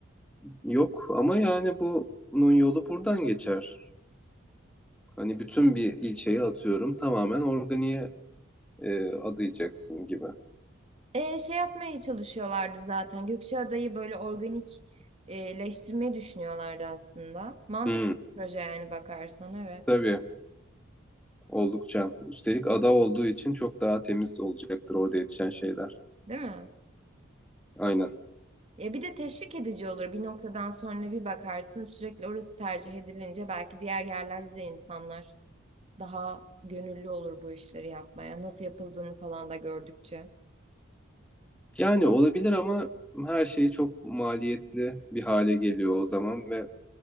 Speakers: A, in the centre; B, on the right (about 30°).
A: Yok ama yani bunun yolu buradan geçer. Hani bütün bir ilçeyi atıyorum tamamen organiğe e, adayacaksın gibi.
B: E, şey yapmaya çalışıyorlardı zaten. Gökçeada'yı böyle organikleştirmeyi düşünüyorlardı aslında. Mantıklı
A: Hmm,
B: bir proje yani bakarsan evet.
A: tabii oldukça. Üstelik ada olduğu için çok daha temiz olacaktır orada yetişen şeyler.
B: Değil mi?
A: Aynen.
B: Ya bir de teşvik edici olur. Bir noktadan sonra bir bakarsın sürekli orası tercih edilince belki diğer yerlerde de insanlar daha gönüllü olur bu işleri yapmaya. Nasıl yapıldığını falan da gördükçe.
A: Yani olabilir ama her şey çok maliyetli bir hale geliyor o zaman ve